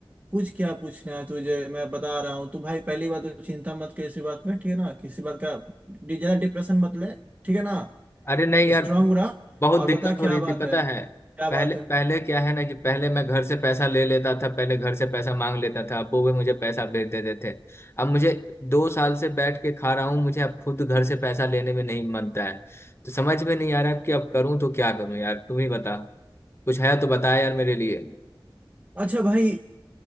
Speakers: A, on the right (about 20°); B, on the left (about 30°).
A: पूछ क्या पूछना है तुझे मैं बता रहा हूँ तो भाई पहली बात तो चिंता मत कर इसी बात में ठीक है ना किसी बात का डि- जरा डिप्रेशन मत ले ठीक है ना
B: अरे नहीं यार
A: स्ट्रांग रहा
B: बहुत
A: और
B: दिक्कत
A: बता क्या
B: हो रही
A: बात
B: थी पता
A: है
B: है
A: क्या
B: पहले
A: बात है
B: पहले क्या है ना कि पहले मैं घर से पैसा ले लेता था पहले घर से पैसा मांग लेता था अब वो भी मुझे पैसा भेज देते थे अब मुझे दो साल से बैठ के खा रहा हूँ मुझे अब खुद घर से पैसा लेने में नहीं मनता है तो समझ में नहीं आ रहा है कि अब करूँ तो क्या करूँ यार तुम ही बता कुछ है तो बता यार मेरे लिए
A: अच्छा भाई